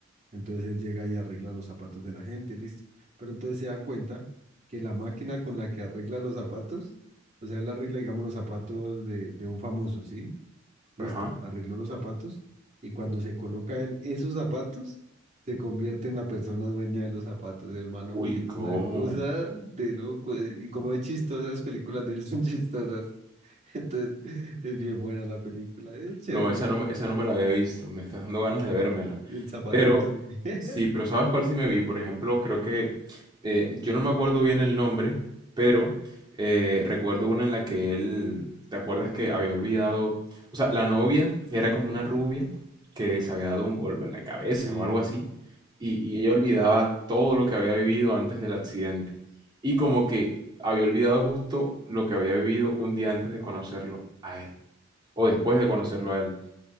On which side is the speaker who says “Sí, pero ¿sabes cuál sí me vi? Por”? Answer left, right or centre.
Right